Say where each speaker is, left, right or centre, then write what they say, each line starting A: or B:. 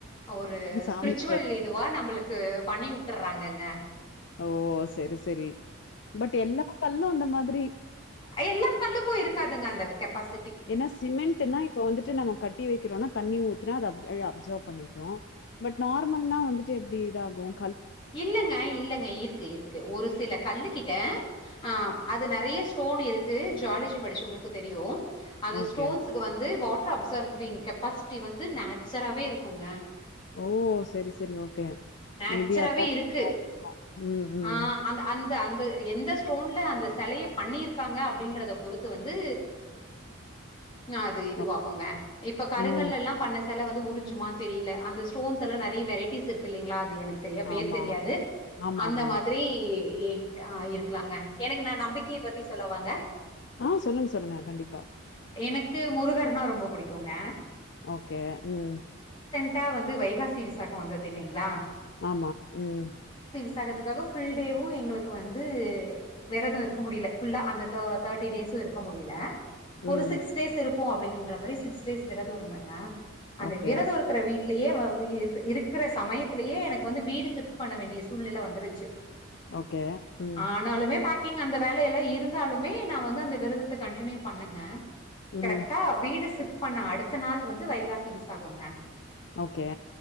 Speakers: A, on the left; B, on the left.
A: ஒரு
B: சாமி
A: ஸ்ப்ரிச்சுவல்
B: ம்.
A: நம்பளுக்கு பண்ணி உட்டுற வாங்கங்க
B: ஓ செரி செரி பட் எல்லா கல்லு அந்த மாதி த்ரி
A: எல்லா கல்லுக்கு இருக்காதுங்க அந்த கெப்பாஸ்
B: ஏன்னா சிமெண்ட்ன்னா இப்ப வந்துட்டு நம்ம கட்டி வெக்கிறோனா தண்ணி ஊத்துனா அத அப் அப்சர்வ் பண்ணிக்கோம் பட் நார்மல்லா வந்துட்டு <inaudible> இது ஆகும்
A: இல்லங்க இல்லங்க இருக்கு இருக்கு ஒரு சில கல்லுக்கிட்ட ஆ
B: ம்.
A: அது நெறைய ஸ்டோன் இருக் ஜாலஜி படிச்சவங்களுக்கு தெரியும் அந்த
B: ஓகே.
A: ஸ்டோன்ஸ்க்கு வந்து வாட் அப்சர்விங் கெப்பாசிட்டி வந்து நேச்சுராவே இருக்குங்க
B: ஓ சேரி சேரி ஓகே
A: நேச்சுரவே
B: மேபி அதான்
A: இருக்கு
B: இருக்கும். ம், ம்.
A: ஆஹ அந்த அந்த அந்த எந்த ஸ்டோன்ல அந்த சிலையை பண்ணிருக்காங்க அப்டின்றத பொறுத்து வந்து அது இது
B: அப்
A: வகுங்க இப்ப கருங்கள்
B: ம்.
A: எல்லாம் பண்ண செல வந்து உறிஞ்சுமா தெரியல அந்த ஸ்டோன் எல்லாம் நெறைய வெரைட்டிஸ் இருக்கு இல்லங்களா எனக்கு செரியா பேர்
B: ஆமா.
A: தெரியாது
B: ஆமாமா.
A: அந்த மாதிரி ஏ ஆ இருக்கலாங்க எனக்கு நான நம்பிக்கைய பத்தி சொல்லவாங்க
B: ஆஹ் சொல்லுங்க சொல்லுங்க கண்டிப்பா
A: எனக்கு முருகர்னா ரொம்ப பிடிக்குங்க
B: ஓகே ம்
A: க வைகாசி விசாகம் வந்தது இல்லங்களா
B: ஆமா ம்
A: விசாகத்து வந்து ஃபுல் டேயும் எங்களுக்கு வந்து விரதும் இருக்க முடிய அந்த தேட்டி டேஸ் இருக்க முடியல
B: ம்.
A: ஒரு சிக்ஸ் டேஸ் இருக்கும் அப்டிங்கற மாரி சிக்ஸ் டேஸ் விரதும் இருந்தாங்க அந்த
B: ஓகே.
A: விரதம் இருக்கிற வீட்டில் யே இருக்கிற சமயத்திலேயே எனக்கு வந்து வீடு சிப் பண்ண வேண்டிய சூழ்நிலை வந்துருச்சு
B: ஓகே உம்
A: ஆனாலுமே பேக்கிங் அந்த வேல எல்லாம் இருந்தாலுமே நான வந்து அந்த விரதத்தை கண்டினியூ பண்ணுங்க
B: ம்.
A: கரெக்டா வீடு சிவ்ட் பண்ண அடுத்த நாள் வந்து வைகாசி விசாகங்க
B: ஓகே